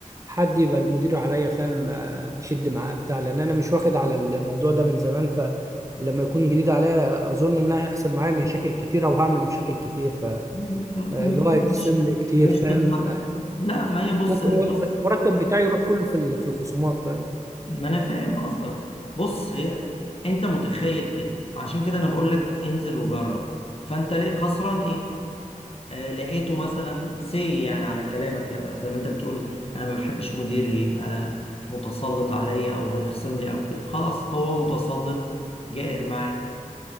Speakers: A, on the right; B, on the left.
A: حد يبقى المدير عليا فاهم آه، اشد معاه بتاع لان انا مش واخد على الموضوع ده من زمان فلما يكون جديد عليا اظن ان هيحصل معايا مشاكل كتير او هعمل مشاكل كتير
B: م-
A: فاللي
B: م- مش
A: هو هيخصم
B: مش
A: لي كتير
B: مش
A: فاهم
B: بالط- لا ما هي بص
A: ممكن
B: بص
A: المرتب بتاعي يروح كله في ال- في الخصومات فاهم
B: ما انا فاهم قصدك بص هي انت متخيل كده عشان كده انا بقول لك انزل وجرب فانت ليه خسران ايه آه لقيته مثلا سي يعني على كلامك لا- زي ما انت بتقول انا ما بحبش مدير يبقى متسلط عليا او هيخصم لي او كده خلاص هو متسلط جائر معاه